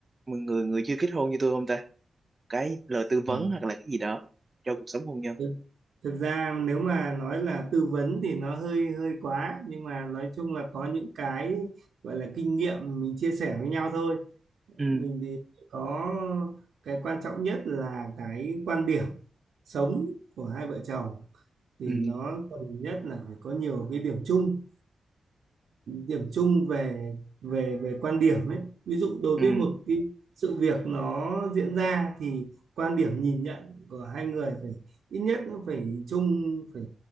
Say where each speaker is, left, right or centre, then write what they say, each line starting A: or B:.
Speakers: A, on the right; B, on the right.
A: người người chưa kết hôn như tôi không ta? cái lời tư vấn
B: Ừ.
A: hoặc là cái gì đó cho cuộc sống hôn nhân
B: thực, thực ra nếu mà nói là tư vấn thì nó hơi hơi quá nhưng mà nói chung là có những cái gọi là kinh nghiệm mình chia sẻ với nhau thôi
A: ừ
B: mình thì có cái quan trọng nhất là cái quan điểm sống của hai vợ chồng thì
A: ừ
B: nó cần nhất là phải có nhiều cái điểm chung điểm chung về về về quan điểm ấy ví dụ đối
A: ừ
B: với một cái sự việc nó diễn ra thì quan điểm nhìn nhận của hai người phải ít nhất nó phải chung phải